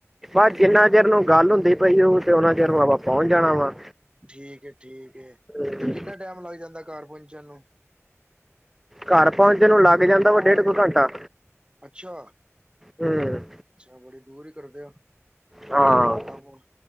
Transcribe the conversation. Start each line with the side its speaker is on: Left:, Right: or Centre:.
Centre: ਬਾ ਜਿੰਨਾ ਚਿਰ ਨੂੰ ਗਾਲ ਹੁੰਦੀ ਪਈ ਓਨਾ ਚਿਰ ਨੂੰ ਆਪਾਂ ਪੋਂਚ ਜਾਣਾ ਵਾ
Right: ਠੀਕੇ, ਠੀਕੇ
Centre: ਹੂੰ,
Right: ਤੇ ਕਿੰਨਾ ਟੈਮ ਲੱਗ ਜਾਂਦਾ ਘਰ ਪੋਂਚਣ ਨੂੰ
Centre: ਘਰ ਪੋਂਚਣ ਨੂੰ ਲਾਗ ਜਾਂਦਾ ਵਾ ਡੇਢ ਕੁ ਘੰਟਾ
Right: ਅੱਛਾ, ਅੱਛਾ
Centre: ਹੂੰ
Right: ਬੜੀ ਦੂਰ ਹੀ ਕਰਦੇ ਓ
Centre: ਹਾਂ
Right: ਹਾਂ ਬੋਲ,